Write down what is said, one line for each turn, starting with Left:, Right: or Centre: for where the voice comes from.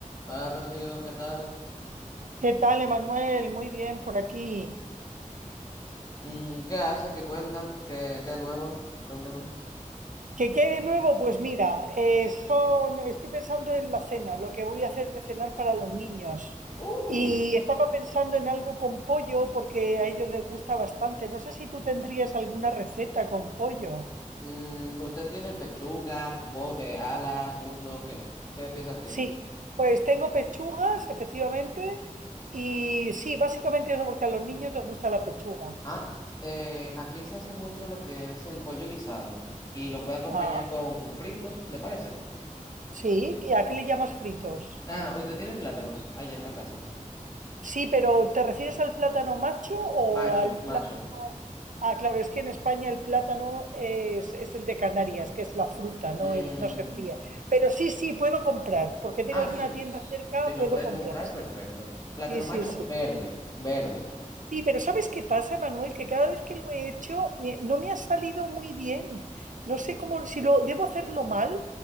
Left: Hola Rocío, ¿qué tal?
Right: ¿Qué tal, Emanuel? Muy bien por aquí.
Left: Mm, ¿qué hace? ¿Qué cuenta? ¿Qué, qué de nuevo? Cuénteme.
Right: ¿Qué qué de nuevo? Pues mira, eh, son, estoy pensando en la cena, lo que voy a hacer de cenar para los niños.
Left: Uh,
Right: Y estaba pensando en algo con pollo porque a ellos les gusta bastante. No sé si tú tendrías alguna receta con pollo.
Left: Mm, ¿usted tiene pechuga, po- eh, alas, muslo? ¿Qué? ¿Qué piezas tiene?
Right: Sí, pues tengo pechugas, efectivamente. Y sí, básicamente eso porque a los niños les gusta la pechuga.
Left: Ah, eh, aquí se hace mucho lo que es el pollo guisado y lo puede acompañar
Right: Ah,
Left: con fritos, ¿le parece?
Right: sí. ¿Y a qué le llamas fritos?
Left: Ah, ¿usted tiene plátanos allá en la casa?
Right: Sí, pero ¿te refieres al plátano macho o
Left: Macho,
Right: al
Left: macho.
Right: plátano? Ah, claro, es que en España el plátano es, es el de Canarias, que es la fruta, no,
Left: Mm,
Right: el, no se fría. Pero sí, sí, puedo comprar, porque tengo
Left: ah,
Right: aquí
Left: sí,
Right: una tienda
Left: sí,
Right: cerca,
Left: lo
Right: puedo
Left: puede
Right: comprar,
Left: comprar,
Right: sí,
Left: perfecto. Plátano
Right: sí, sí,
Left: macho
Right: sí.
Left: verde, verde.
Right: Sí, pero ¿sabes qué pasa, Manuel?
Left: Ok.
Right: Que cada vez que lo he hecho me- no me ha salido muy bien. No sé cómo, si lo debo hacerlo mal,